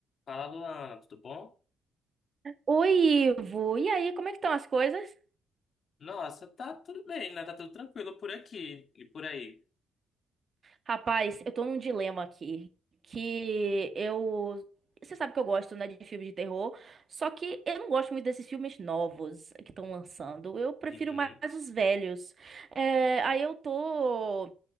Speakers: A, on the left (about 55°); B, on the right (about 45°).
A: Fala, Luana, tudo bom?
B: Oi, Ivo. E aí, como é que estão as coisas?
A: Nossa, tá tudo bem, né? Tá tudo tranquilo por aqui e por aí.
B: Rapaz, eu tô num dilema aqui, que eu... Você sabe que eu gosto, né, de filme de terror, só que eu não gosto muito desses filmes novos que estão lançando. Eu prefiro
A: Uhum.
B: mais os velhos. É, aí eu tô...